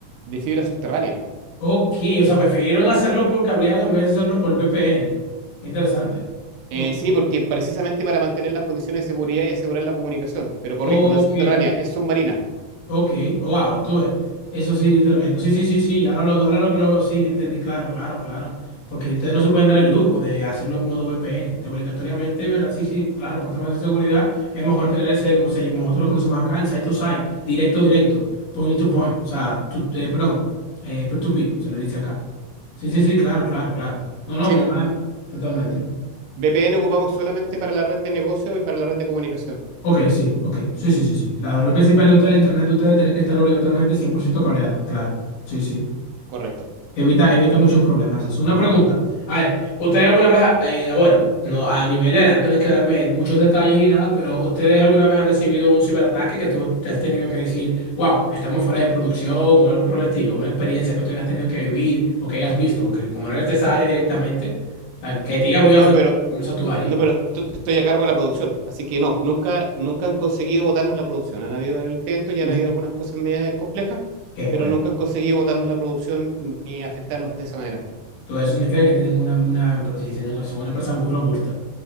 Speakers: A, on the right (about 70°); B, on the left (about 75°).
A: de fibra subterránea.
B: Ok, o sea, prefirieron hacerlo por cableado en vez de hacerlo por VPN. Qué interesante.
A: Eh,
B: Ok.
A: sí, porque precisamente para mantener las condiciones de seguridad y asegurar la comunicación. Pero corrijo,
B: Ok.
A: no es subterránea, es submarina.
B: Ok, wow, tú ves, eso sí es tremendo. Sí, sí, sí, sí, Y ahora lo, ahora lo que lo veo, sí, entendí, claro, claro, claro. Porque ustedes no se pueden dar el lujo de hacerlo en modo VPN. Te obligatoriamente, ¿verdad? Sí, sí, claro, por temas de seguridad, es mejor tener ese, como se, como nosotros lo conocemos acá, el side to side, directo, directo, point to point. O sea, tú- eh, perdón, eh, peer to peer, se le dice acá. Sí, sí, sí, claro, claro, claro. No, no,
A: Sí,
B: hombre,
A: mm,
B: nada, totalmente.
A: mm, VPN ocupamos solamente para la red de negocio y para la red de comunicación.
B: Ok, sí, ok, sí, sí, sí, sí. La red principal de usted, la internet de ustedes, tiene que estar obligatoriamente 100% cableada, claro. Sí, sí.
A: Correcto.
B: Evita, evita muchos problemas. Es una pregunta. A ver, ¿ustedes alguna vez, ha- eh, bueno, no a nivel de no tienes que darme muchos detalles ni nada, pero ¿ustedes alguna vez han recibido un ciberataque que tú te has tenido que decir, wow, estamos fuera de producción o algo por el estilo? Una experiencia que tú hayas tenido que vivir o que hayas visto, porque como no eres de esa área directamente, la que te haya podido
A: No,
B: afectar
A: pero
B: no es a tu área.
A: No, pero esto- estoy a cargo de la producción, así que no, nunca, nunca han conseguido votarnos la producción. Han habido intentos, ya
B: Uf,
A: han habido algunas cosas medias complejas,
B: qué bueno.
A: pero nunca han conseguido votarnos la producción ni afectarnos de esa manera.
B: Todo eso significa que tienen una, una, sí,
A: Eh,
B: sí, son una empresa muy robusta.
A: eh,